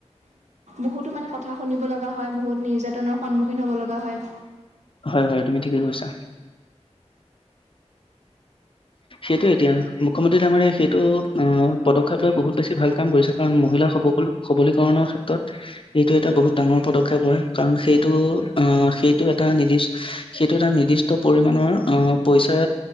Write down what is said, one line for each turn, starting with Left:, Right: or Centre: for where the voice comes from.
Right: বহুতো মানে কথা সুনিব লগা হয়, বহুত নিৰ্যাতনৰ সন্মুখীন হ'ব লগা হয়।
Left: হয়, হয় তুমি ঠিকে কৈছা। সেইটো এতিয়া, মুখ্যমন্ত্ৰী ডাঙৰীয়াই সেইটো আহ পদক্ষেপ লৈ বহুত বেছি ভাল কাম কৰিছে। কাৰণ মহিলাসব <unintelligible> সবলীকৰণৰ ক্ষেত্ৰত সেইটো এটা বহুত ডাঙৰ পদক্ষেপ হয়, কাৰণ সেইটো আহ সেইটো এটা নিৰ্দিষ্ট সেইটো এটা নিৰ্দিষ্ট পৰিমানৰ অ' পইচা